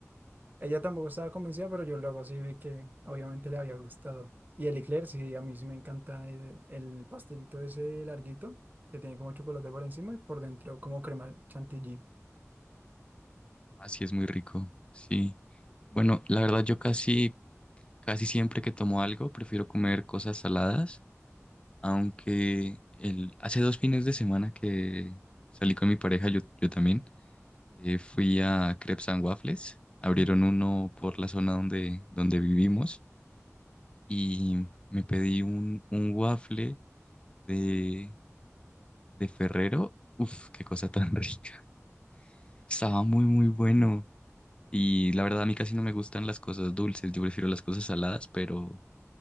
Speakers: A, on the right; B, on the left.
A: Ella tampoco estaba convencida, pero yo luego sí vi que obviamente le había gustado. Y el eclair, sí, a mí sí me encanta eh, el pastelito ese larguito, que tiene como chocolate por encima y por dentro como crema chantilly.
B: Así es muy rico, sí. Bueno, la verdad yo casi, casi siempre que tomo algo prefiero comer cosas saladas, aunque el, hace dos fines de semana que salí con mi pareja, yo, yo también, eh, fui a Crepes and Waffles, abrieron
A: Mm.
B: uno por la zona donde, donde vivimos y me pedí un, un waffle de, de Ferrero. Uf, qué cosa tan <laughs> rica. Estaba muy, muy bueno. Y la verdad, a mí casi no me gustan las cosas dulces, yo prefiero las cosas saladas, pero